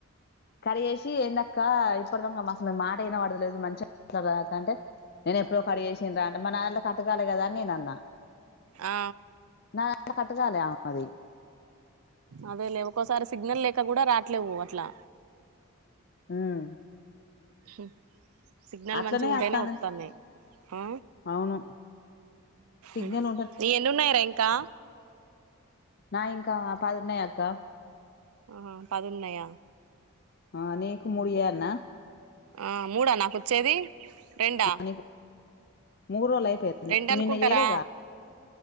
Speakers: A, on the left (about 45°); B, on the right (about 75°).
A: కడి చేేసి ఏందక్క ఇప్పుడుదాంక మసలు మాట ఇన పడదతలేదు మంచి దాక అంటే నేను ఎప్పుడో కట్ చేేసిన్రా <unintelligible> కట్ కాలే కదా నేన అన్న
B: ఆ
A: న కట్టగాలి ఆ మది
B: అదే లే ఒక్కోసారి సిగ్నల్ లేక కూడా రాట్లేవు అట్లా
A: ఉమ్
B: మ్ సిగ్నల్
A: అట్లనే
B: మంచి ఉంటేనే
A: వత్తాంది
B: వత్తాన్నాయ్ అ
A: అవును సిగ్నల్
B: అ ఎన్ని ఉన్నాయరా ఇంకా
A: నా వి ఇంకా పదున్నాయి అక్క
B: ఆ పదున్నయ
A: ఆ నీకు ముడు ఇయ్యాలన
B: ఆ మూడా నాకు వచ్చేది రెండా
A: నీకు మూడు రోజులు అయిపోయిందా
B: రెండు అనుకుంటారా
A: నిన్న చేయలేగా